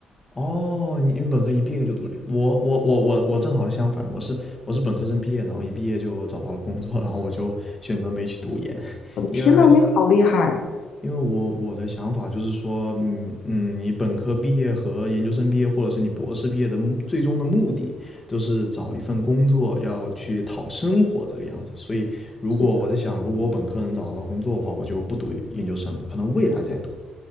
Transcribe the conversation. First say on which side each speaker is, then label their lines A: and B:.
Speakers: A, on the left (about 20°); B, on the left (about 70°).
A: 哦，你因为本科一毕业就读了呀我我我我我正好相反，我是我是本科生毕业，然后一毕业就找到了工作，然后我就选择没去读研，<laughs>
B: 我的天呐，
A: 因为
B: 你好厉害！
A: 因为我我的想法就是说，嗯嗯，你本科毕业和研究生毕业，或者是你博士毕业的目最终的目的，都是找一份工作，要去讨生活这个样子。所以，如果我在想，
B: 是的，
A: 如果我本科能找到工作的话，我就不读研究生了，可能未来再读。